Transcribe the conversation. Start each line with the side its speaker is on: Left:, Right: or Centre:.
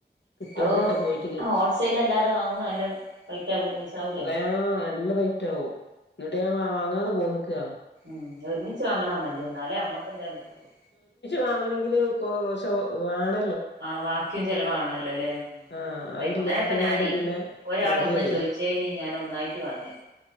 Left: കിട്ടെടുത്തിട്ട്
Right: അത്
Left: പോയിട്ട്
Right: ഹോൾസെയിൽ അല്ലാതെ വാങ്ങുമ്പോ നല്ല റേറ്റ് ആവു പൈസാവൂലേ
Left: പറയാ നല്ല റ്റ ഇിട്ട ഞൻ വാങ്ങാതെ പോ നിക്കുക
Right: ഉ ഒരുമിച്ച് വാങ്ങണ നല്ലേ എന്നാലേ അമ്മക്ക്ന്തേ കിട്ടുള്ളു
Left: വാങ്ങാനോങ്കില് കോ ഷോ വേണ
Right: ആ ബാക്കിയും ചെലവാണല്ലോ അല്ലെ
Left: ആഹ്
Right: വറദൈവം
Left: അത് ഇല്ലാത്ത
Right: അങ്ങനെപ്പൊ ഞാനേ
Left: കൊണ്ട് പിന്നെ
Right: ഒരാള
Left: മടിയായി
Right: ഒന്ന് ചോയിച്ചന് ഞൻ ഒന്നായിട്ട് വാങ്ങി